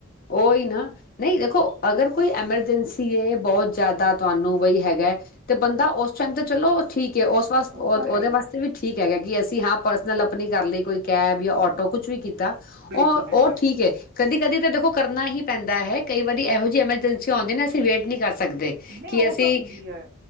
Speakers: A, on the left; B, on the right.
A: ਉਹੀ ਨਾ, ਨਹੀਂ ਦੇਖੋ ਅਗਰ ਕੋਈ ਐਮਰਜੈਂਸੀ ਏ ਬਹੁਤ ਜ਼ਿਆਦਾ ਤੁਹਾਨੂੰ ਵਈ ਹੈਗਾ, ਤੇ ਬੰਦਾ ਉਸ ਟਾਈਮ ਤੇ ਚਲੋ ਠੀਕ ਹੈ, ਉਸ ਵਾਸਤੇ
B: ਉਹ ਤਾਂ
A: ਉਹਦੇ
B: ਹੈ ਹੀ
A: ਵਾਸਤੇ ਵੀ ਠੀਕ ਹੈਗਾ ਕਿ ਅਸੀਂ ਹਾਂ ਪਰਸਨਲ, ਆਪਣੀ ਕਰ ਲਈ ਕੋਈ ਕੈਬ, ਜਾਂ ਆਟੋ ਕੁਛ ਵੀ ਕੀ ਤਾ,
B: ਬਿਲਕੁਲ
A: ਉਹ
B: ਬਿਲਕੁਲ
A: ਉਹ ਠੀਕ ਏ, ਕਦੀ- ਕਦੀ ਤਾਂ ਦੇਖੋ। ਕਰਨਾ ਹੀ ਪੈਂਦਾ ਹੈ। ਕਈ ਵਾਰੀ ਇਹੋ ਜਿਹੀ ਐਮਰਜੈਂਸੀ ਆਉਂਦੀ, ਨਾ ਅਸੀਂ ਵੇਟ ਨਹੀਂ ਕਰ ਸਕਦੇ
B: ਨਹੀਂ
A: ਕਿ
B: ਉਹ
A: ਅਸੀਂ
B: ਤਾਂ ਹੁੰਦੀ ਹੈ